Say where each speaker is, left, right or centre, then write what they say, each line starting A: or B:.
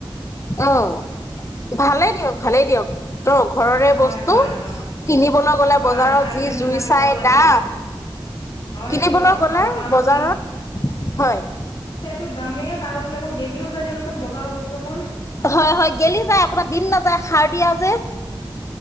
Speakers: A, on the left; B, on the left.
A: আহ ভালেই দিয়ক ভালেই দিয়ক তই ঘৰৰে
B: হয়
A: বস্তু।
B: হয় হয়
A: কিনিবলৈ গ'লে
B: হয়
A: বজাৰত
B: খাই পেলাই
A: যি
B: মিঠা
A: জুই
B: মিঠাও
A: চাই
B: লাগে
A: দাম।
B: হয়
A: কিনিবলৈ
B: দিয়ক
A: গ'লে
B: আৰু তাৰউপৰি
A: বজাৰত, হয়।
B: টো দামেই তাৰ উপৰি আকৌ গেলিও যায় দিয়কচোন বজাৰৰ বস্তুবোৰ।
A: হয়, হয়, গেলি যায়। আপোনাৰ দিন নাযায় খাৰ দিয়া যে।